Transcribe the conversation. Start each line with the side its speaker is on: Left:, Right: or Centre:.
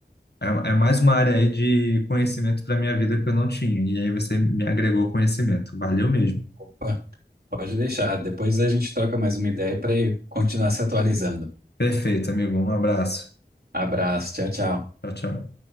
Left: É, é mais uma área aí de conhecimento para minha vida que eu não tinha. E aí você me agregou conhecimento. Valeu mesmo.
Right: Opa, pode deixar. Depois a gente troca mais uma ideia para continuar se atualizando.
Left: Perfeito, amigo. Um abraço.
Right: Abraço, tchau, tchau.
Left: Tchau, tchau.